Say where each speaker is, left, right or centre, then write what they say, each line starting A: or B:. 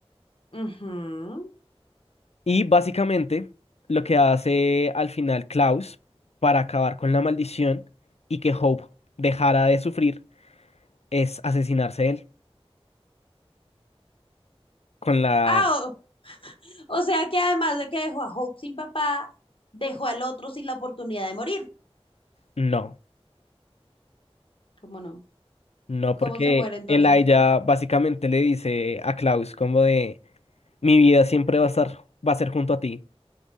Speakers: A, on the left; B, on the left.
A: ujú.
B: Y básicamente lo que hace al final Klaus para acabar con la maldición y que Hope dejara de sufrir es asesinarse él con la...
A: Ah, o, o sea que además de que dejó a Hope sin papá, dejó al otro sin la oportunidad de morir.
B: No,
A: ¿Cómo no?
B: no,
A: ¿Cómo
B: porque
A: se muere entonces?
B: Elijah básicamente le dice a Klaus como de... Mi vida siempre va a estar, va a ser junto a ti.